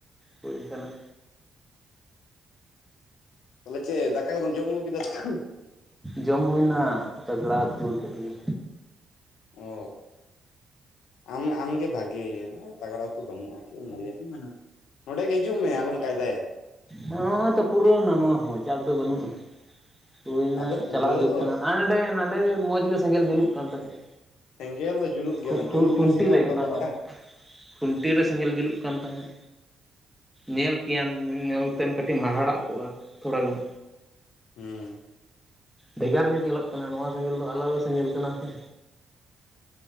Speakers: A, in the centre; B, on the left.
A: ᱦᱳᱭ ᱚᱝᱠᱟᱱᱟᱜ᱾
B: ᱛᱟᱞᱦᱮ ᱪᱮᱜ ᱫᱟᱠᱟ ᱠᱚᱫᱚᱢ ᱡᱚᱢ ᱟᱹᱜᱩ ᱠᱮᱫᱟ ᱥᱮ ᱵᱟᱝ᱾
A: ᱡᱚᱢ ᱦᱩᱭ ᱱᱟ ᱛᱟᱜᱲᱟ ᱩᱛᱩ ᱟᱛᱮᱫ ᱜᱮ᱾
B: ᱚᱻ ᱟᱢ ᱟᱢᱜᱮ ᱵᱷᱟᱜᱮ ᱱᱚᱜᱚᱭ ᱛᱟᱜᱲᱟ ᱩᱛᱩ ᱵᱟᱱᱩᱜ-ᱟ ᱪᱮᱜ ᱮᱢ ᱞᱟᱹᱭᱟ ᱱᱚᱸᱰᱮ ᱜᱮ ᱦᱤᱡᱩᱜ ᱢᱮ ᱟᱞᱚᱢ ᱠᱟᱭᱫᱟᱭᱟ᱾
A: ᱦᱚᱸᱜ-ᱚᱭ ᱛᱚ ᱯᱩᱨᱟᱹᱣᱱᱟ ᱱᱚᱣᱟ ᱦᱚᱸ ᱪᱟᱯ ᱫᱚ ᱵᱟᱹᱱᱩᱜ-ᱟ᱾ ᱦᱩᱭᱱᱟ
B: ᱟᱫᱚ ᱯᱩᱨᱟᱹ
A: ᱪᱟᱞᱟᱜ ᱦᱩᱭᱩᱜ
B: ᱫᱚ
A: ᱠᱟᱱᱟ ᱟᱸ ᱱᱟᱸᱰᱮ ᱱᱟᱸᱰᱮ ᱢᱚᱡᱽ ᱜᱮ ᱥᱮᱸᱜᱮᱞ ᱡᱩᱞᱩᱜ ᱠᱟᱱ ᱛᱟᱦᱮᱸᱜ᱾
B: ᱥᱮᱸᱜᱮᱞ ᱫᱚ ᱡᱩᱞᱩᱜ ᱜᱮᱭᱟ
A: ᱠᱷᱩ
B: ᱚᱱᱟ
A: ᱠᱷᱩ
B: ᱡᱩᱞᱩᱜ
A: ᱠᱷᱩᱱᱴᱤ
B: ᱡᱤᱱᱤᱥ ᱜᱮᱢ
A: ᱨᱮ
B: ᱟᱴᱚᱜ
A: ᱚᱱᱟᱦᱚᱸᱠ᱾
B: ᱫᱟᱲᱮᱭᱟᱜᱼᱟ
A: ᱠᱷᱩᱱᱴᱤ ᱨᱮ ᱥᱮᱸᱜᱮᱞ ᱡᱩᱞᱩᱜ ᱠᱟᱱ ᱛᱟᱦᱮᱸᱜ᱾ ᱧᱮᱞ ᱠᱮᱭᱟᱢ ᱧᱮᱞ ᱧᱮᱞᱛᱮᱢ ᱠᱟᱴᱤᱢ ᱦᱟᱦᱟᱲᱟᱜ ᱠᱚᱜ-ᱟ ᱛᱷᱚᱲᱟ ᱜᱟᱱ᱾
B: ᱦᱩᱸ᱾
A: ᱵᱷᱮᱜᱟᱨ ᱧᱚᱜ ᱧᱮᱞᱚᱜ ᱠᱟᱱᱟ ᱱᱚᱣᱟ ᱥᱮᱸᱜᱮᱞ ᱫᱚ ᱟᱞᱟᱫᱟ ᱥᱮᱸᱜᱮᱞ ᱠᱟᱱᱟ ᱥᱮ᱾